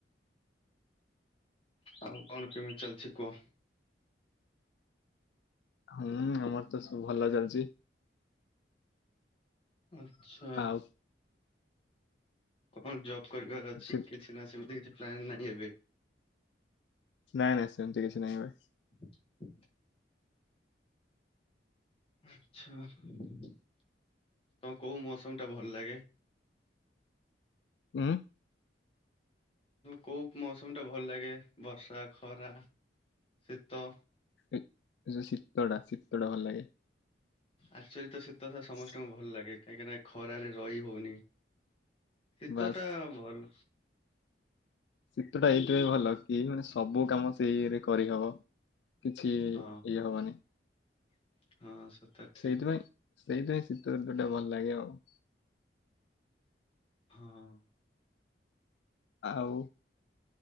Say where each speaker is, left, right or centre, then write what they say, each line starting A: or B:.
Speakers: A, on the left; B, on the left.
A: ଆଉ କଣ କେମିତି ଚାଲିଛି କୁହ?
B: ହୁଁ ଆମର ତ ସବୁ ଭଲ ଚାଲିଛି।
A: ଆଛା।
B: ଆଉ
A: କଣ ଜବ୍ କରିବାର ଅଛି
B: ସେ
A: କିଛି ନା ସେମିତି କିଛି ପ୍ଲାନ ନାହିଁ ଏବେ?
B: ନାଇଁ ନାଇଁ ସେମିତି କିଛି ନାଇଁ ଭାଇ।
A: <inaudible> ଆଛା ତ କୋଉ ମୌସିମ ଟା ଭଲ ଲାଗେ?
B: <inaudible> ଉଁ।
A: କୋଉ ମୌସିମି ଟା ଭଲ ଲାଗେ ବର୍ଷା ଖରା ଶୀତ?
B: ଏ ଯୋଉ ଶୀତଟା ଶୀତଟ୍ଟା ଭଲ ଲାଗେ।
A: ଆକ୍ଚୁଆଲି ତ ଶୀତଥା ସମସ୍ତଙ୍କୁ
B: ଶୀ-
A: ଭଲ ଲାଗେ କାହିଁକି ନା ଖରାରେ ରହି ହଉନି। ଶୀତ
B: ବାସ୍
A: ଟା ଭଲ
B: ଶୀତ ଟା ଏଇଥିପାଇଁ ଭଲ କି ମାନେ ସବୁ କାମ ସେଇରେ କରିହବ। କିଛି ଇଏ
A: ହଁ
B: ହବନି।
A: ହଁ। ସେଟା ଠିକ
B: ସେଇଥିପାଇଁ ସେଇଥିପାଇଁ ଶୀତତଟା ଭଲ ଲାଗେ ଆଉ।
A: ହଁ।
B: ଆଉ